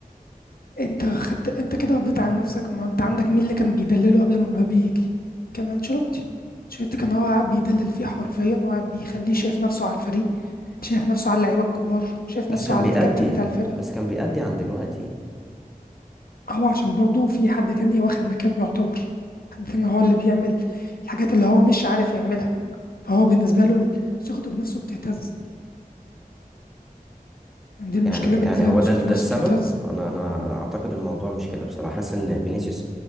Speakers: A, on the left; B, in the centre.
A: انت خدت انت كده رديت على نفسك ما انت عندك مين اللي كان بيدلله قبل ما مبابي يجي كان انشيلوتي انشيلوتي كان هو قاعد بيدلل فيه حرفيا وقاعد بيخليه شايف نفسه على الفريق شايف نفسه على اللعيبه الكبار شايف
B: بس
A: نفسه
B: كان
A: على
B: بيأدي
A: الكابتن بتاع الفرقه
B: بس كان بيأدي عن دلوقتي
A: هو عشان برضه في حد تاني واخد مكانه يعتبر حد تاني هو اللي بيعمل الحاجات اللي هو مش عارف يعملها فهو بالنسبة له ال- ثقته بنفسه بتهتز يعني دي المشكلة
B: يعني
A: بالنسبة
B: يعني هو
A: له إن
B: ده
A: ثقته
B: ال-
A: بنفسه
B: ده السبب
A: بتهتز
B: انا انا اعتقد الموضوع مش كده بصراحه حاسس ان فينيسيوس